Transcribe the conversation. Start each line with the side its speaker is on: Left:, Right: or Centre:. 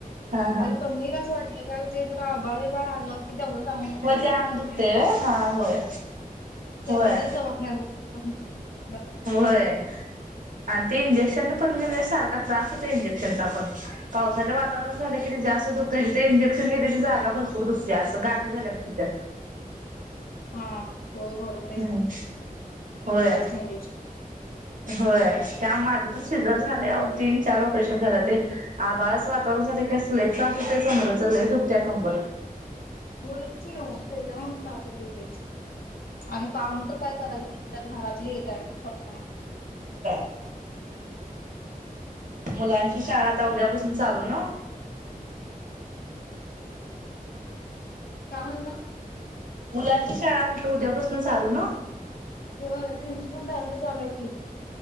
Right: हा हा
Left: जर कमी नाय अस वाटलं का त्येच्यात आभाळ बिभाळ आलग कि तेवढं अंग दुखतंय
Right: होय
Left: ना
Right: ते अंग दुखतय व्हय हा होय
Left: त्या
Right: होय
Left: लगेच दवाखान्यात बोलतं <inaudible>
Right: होय आणि ते इंजेक्शन पण घेण्यास सारखा त्रास होतंय इंजक्शनचा पावसाच वाटतावरण झाला की ते जास्त दुखतंय जिथं इंजक्शन घेतय ती जा जागा भरपूर दुसत असं गाठी झाल्या गत होत्यात.
Left: हा होय बरोबर आहे
Right: हम्म
Left: की
Right: होय
Left: जास्त इंजेक्शन
Right: होय. त्या माझं पण शिजर झालंय आहो तीन चार ऑपरेशन झाल्या ते आभळाच वातावरण झाल की अस लईचं <unintelligible> अजून का समोर चाललंय दुखत्या कंबर
Left: होय की आहो त्याजामुळच त्रास होतंय ते आणि काम तर काय कराविच लागतात घरातली हे काय पप्पा
Right: <inaudible> मुलांची शाळा आता उद्यापासून चालू न
Left: काय म्हणला?
Right: मुलांची शाळा म्हटलं उद्यापासन चालू न?
Left: ते व्हय त्यांची पण तयारी चालू हाय की